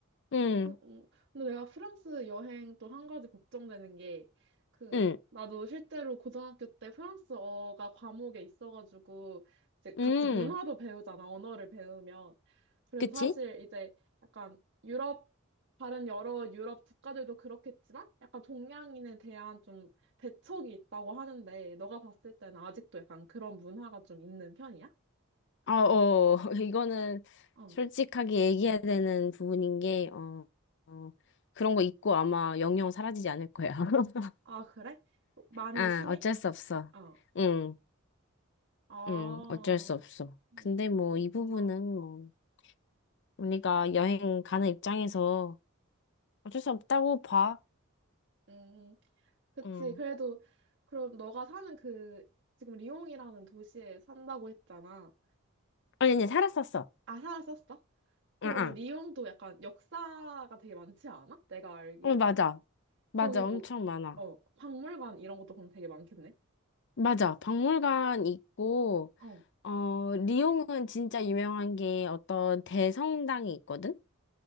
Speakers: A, on the left; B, on the right.
A: 응,
B: 또, 음. 근데 내가 프랑스 여행 또 한 가지 걱정되는 게, 그,
A: 응,
B: 나도 실제로 고등학교 때 프랑스어가 과목에 있어가지고, 이제 같이
A: 응.
B: 문화도 배우잖아, 언어를 배우면. 그래서
A: 그치?
B: 사실 이제 약간 유럽, 다른 여러 유럽 국가들도 그렇겠지만, 약간 동양인에 대한 좀 배척이 있다고 하는데, 너가 봤을 때는 아직도 약간 그런 문화가 좀 있는 편이야?
A: 아, 어, <laughs> 이거는
B: 어.
A: 솔직하게 얘기해야 되는 부분인 게, 어, 어, 그런 거 있고 아마 영영 사라지지 않을 거야. <laughs>
B: 아, 그래? 많이
A: 아,
B: 심해?
A: 어쩔 수 없어.
B: 어.
A: 응,
B: 아,
A: 응, 어쩔 수 없어.
B: 음,
A: 근데 뭐,
B: 그렇구나.
A: 이 부분은 뭐, 우리가 여행 가는 입장에서 어쩔 수 없다고 봐.
B: 음, 그치.
A: 응.
B: 그래도, 그럼 너가 사는 그, 지금 리옹이라는 도시에 산다고 했잖아.
A: 아니, 아니, 살았었어.
B: 아, 살았었어? 그러면
A: 응, 응.
B: 리옹도 약간 역사가 되게 많지 않아? 내가 알기로는?
A: 응, 맞아. 맞아.
B: 거기 뭐,
A: 엄청 많아.
B: 어, 박물관 이런 것도 그럼 되게 많겠네?
A: 맞아. 박물관 있고,
B: 어,
A: 어, 리옹은 진짜 유명한 게 어떤 대성당이 있거든?